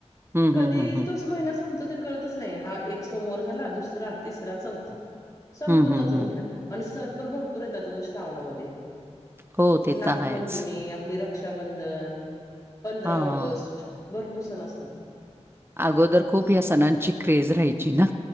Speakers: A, on the right; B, on the left.
A: हं,
B: कधी
A: हं, हं, हं.
B: तोस महिना संपतो ते कळतच नाही हा एक सोमवार झाला दुसरा, तिसरा, चौथा संपून
A: हं, हं,
B: जातो
A: हं.
B: महिना आणि सण पण भरपूर येतात व श्रावणामध्ये
A: हो, ते
B: नागपंचमी
A: तर आहेच.
B: आपली रक रक्षाबंधन, पंधरा
A: हां.
B: ऑगस्ट भरपूर सण असतात
A: अगोदर खूप या सणांची क्रेज राहायची ना